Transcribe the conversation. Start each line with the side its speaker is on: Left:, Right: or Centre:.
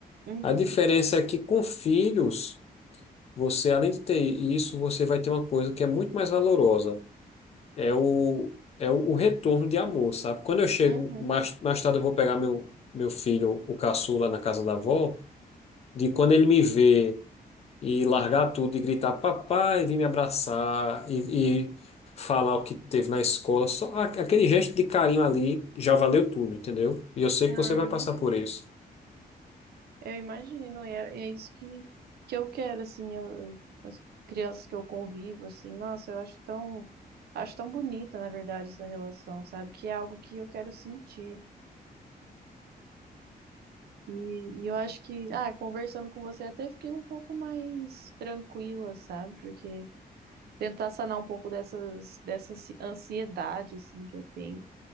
Right: Uhum.
Left: A diferença é que com filhos, você, além de ter isso, você vai ter uma coisa que é muito mais valorosa. É o, é o, o retorno de amor, sabe? Quando eu chego,
Right: Uhum.
Left: mais, mais tarde eu vou pegar meu, meu filho, o caçula, na casa da avó, de quando ele me vê e largar tudo e gritar papai, vir me abraçar e, e falar o que teve na escola, só a- aquele gesto de carinho ali já valeu tudo, entendeu? E eu sei
Right: Ah,
Left: que você vai
Right: eu
Left: passar
Right: imagino.
Left: por isso.
Right: Eu imagino. E é, é isso que, que eu quero, assim, eu, eu- as crianças que eu convivo, assim, nossa, eu acho tão, acho tão bonita, na verdade, essa relação, sabe? Que é algo que eu quero sentir. E, e eu acho que, ah, conversando com você até fiquei um pouco mais tranquila, sabe? Porque tentar sanar um pouco dessas, dessa ansi- ansiedade, assim, que eu tenho